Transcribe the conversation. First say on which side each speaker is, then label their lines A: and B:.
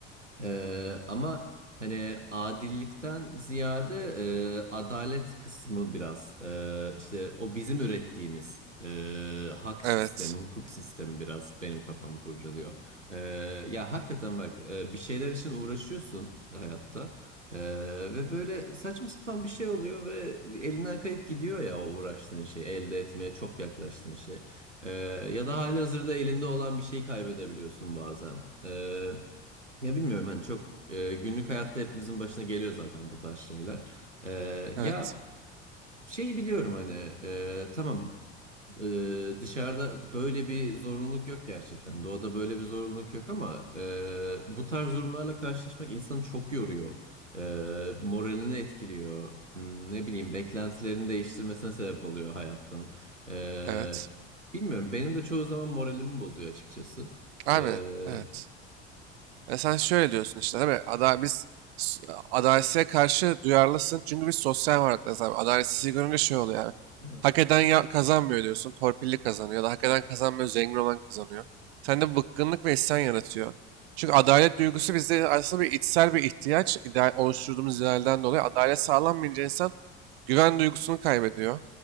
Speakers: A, on the right (about 85°); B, on the right (about 60°).
A: Ee, ama hani adillikten ziyade e, adalet kısmı biraz e, işte o bizim ürettiğimiz e, hak
B: Evet.
A: sistemi, hukuk sistemi biraz benim kafamı kurcalıyor. E, ya hakikaten bak e, bir şeyler için uğraşıyorsun hayatta E, ve böyle saçma sapan bir şey oluyor ve elinden kayıp gidiyor ya o uğraştığın şey, elde etmeye çok yaklaştığın şey. E, ya da halihazırda elinde olan bir şey kaybedebiliyorsun bazen. E, ya bilmiyorum hani çok e, günlük hayatta hepimizin başına geliyor zaten bu tarz şeyler. E,
B: Evet.
A: ya şeyi biliyorum hani e, tamam e, dışarıda böyle bir zorunluluk yok gerçekten. Doğada böyle bir zorunluluk yok ama e, bu tarz durumlarla karşılaşmak insanı çok yoruyor. E, moralini etkiliyor. Hmm, Ne bileyim beklentilerini değiştirmesine sebep oluyor hayattan. E,
B: Evet.
A: bilmiyorum benim de çoğu zaman moralimi bozuyor açıkçası.
B: Abi
A: E,
B: evet. Ya sen şöyle diyorsun işte değil mi? Ada, biz s- adaletsizliğe karşı duyarlısın. Çünkü biz sosyal varlıklarız abi. Adaletsizliği görünce şey oluyor abi.
A: evet.
B: Hak eden ya- kazanmıyor diyorsun. Torpilli kazanıyor. Ya da hak eden kazanmıyor. Zengin olan kazanıyor. Sende bıkkınlık ve isyan yaratıyor. Çünkü adalet duygusu bizde aslında bir içsel bir ihtiyaç. ideal, oluşturduğumuz idealden dolayı adalet sağlanmayınca insan güven duygusunu kaybediyor.